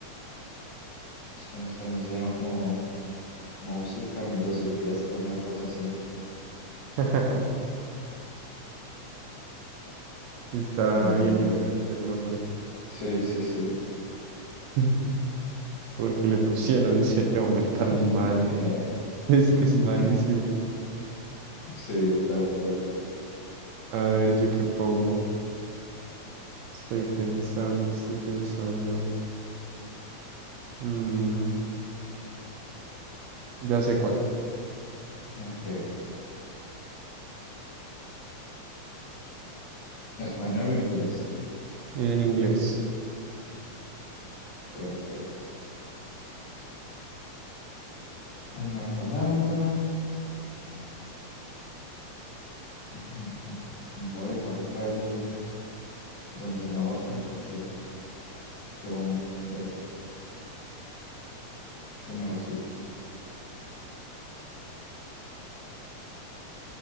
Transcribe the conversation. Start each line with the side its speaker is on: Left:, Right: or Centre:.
Left: Sí, en español se llama como Música, Amigos y Fiesta, una cosa así.
Right: <laughs> Está
Left: Pero
Right: bien
Left: bueno,
Right: diferente el nombre.
Left: sí, sí, sí.
Right: <laughs> Porque le
Left: Ay,
Right: pusieron ese nombre tan
Left: <laughs>
Right: malo.
Left: ni idea.
Right: <laughs> Es que es malísimo.
Left: <laughs> Sí, tal cual.
Right: A ver, ¿yo qué pongo? Estoy pensando, estoy pensando. Mm, ya sé cuál.
Left: Ok. Español o inglés.
Right: En inglés.
Left: Perfecto. Una palabra. Ay, que me- Voy a dibujar otra vez el, donde lo ahorcan porque quedó un feo, quedó mejorcito.